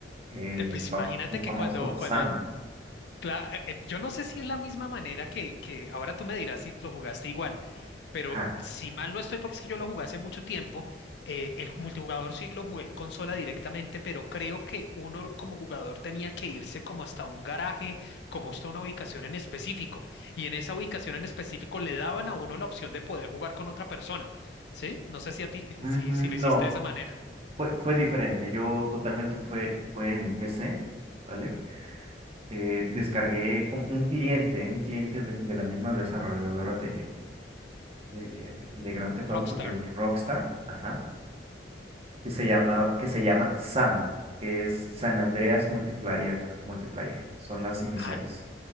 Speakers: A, on the right; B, on the left.
A: el,
B: Eh, pues
A: fam-
B: imagínate
A: el famoso
B: que cuando,
A: Sam.
B: cuando, cla- eh, eh, yo no sé si es la misma manera que, que ahora tú me dirás si lo jugaste igual. pero
A: Ja.
B: si mal no estoy, porque es que yo lo jugué hace mucho tiempo, eh, el multijugador sí lo jugué en consola directamente, pero creo que uno como jugador tenía que irse como hasta un garaje, como hasta una ubicación en específico, y en esa ubicación en específico le daban a uno la opción de poder jugar con otra persona, ¿sí? No sé si a ti,
A: Mm,
B: si, si lo
A: no,
B: hiciste de esa manera.
A: fue, fue diferente. Yo totalmente fue, fue en PC, ¿vale? Eh, descargué como un cliente, un cliente de, de la misma desarrolladora de, de, de Grand Theft Auto,
B: Rockstar.
A: que es Rockstar. Ajá. que se llama, que se llama SAMP, que es San Andreas Multiplayer, Multiplayer, son las iniciales.
B: Ah,